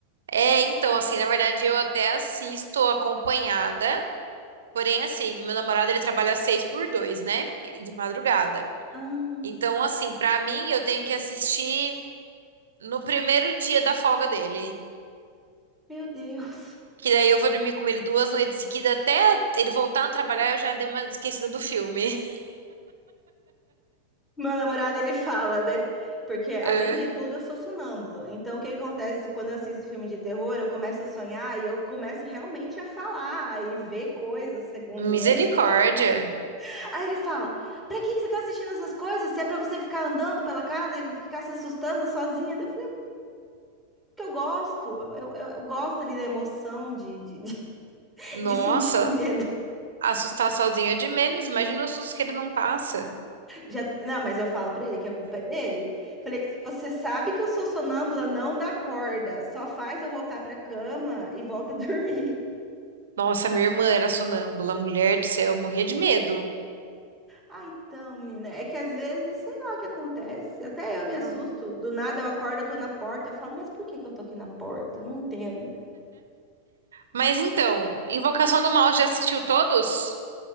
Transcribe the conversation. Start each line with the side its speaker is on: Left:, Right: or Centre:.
Right: É, então, assim, na verdade, eu até assisto acompanhada. Porém, assim, meu namorado ele trabalha seis por dois, né? De madrugada.
Centre: Ah,
Right: Então, assim, pra mim, eu tenho que assistir no primeiro dia da folga dele.
Centre: meu Deus.
Right: Que daí eu vou dormir com ele duas noites seguidas até ele voltar a trabalhar, eu já dei uma esquecida do filme. <laughs>
Centre: Meu namorado, ele fala, né? Porque, além
Right: É.
Centre: de tudo, eu sou sonâmbula. Então, o que que acontece quando eu assisto filme de terror? Eu começo a sonhar e eu começo realmente a falar e ver coisas, segundo,
Right: Misericórdia.
Centre: né? <laughs> Aí ele fala: Pra que que você tá assistindo essas coisas? Se é pra você ficar andando pela casa e ficar se assustando sozinha? Daí Eu que eu gosto, eu, eu, eu gosto ali da emoção de, de, <laughs>
Right: Nossa,
Centre: de sentir o medo.
Right: assustar sozinha é de menos. Imagina o susto que ele não passa.
Centre: Já, não, mas eu falo pra ele que a culpa é dele. Falei, se você sabe que eu sou sonâmbula, não dá corda, só faz eu voltar pra cama e volta a <laughs> dormir.
Right: Nossa, minha irmã era sonâmbula, mulher do céu, eu morria de medo.
Centre: Ah, então, menina, é que às vezes, sei lá o que acontece, até eu me assusto,
Right: Hum.
Centre: do nada eu acordo, eu tô na porta, eu falo, mas por que que eu tô aqui na porta? Não entendo.
Right: Mas então, Invocação do Mal já assistiu todos?